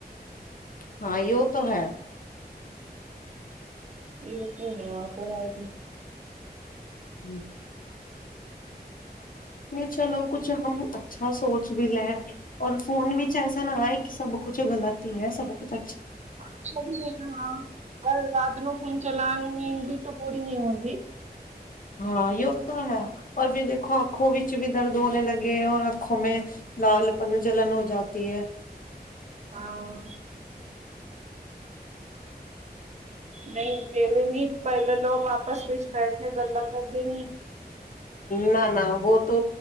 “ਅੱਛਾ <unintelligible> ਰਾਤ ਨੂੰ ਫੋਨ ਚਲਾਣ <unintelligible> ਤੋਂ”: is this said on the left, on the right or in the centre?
Right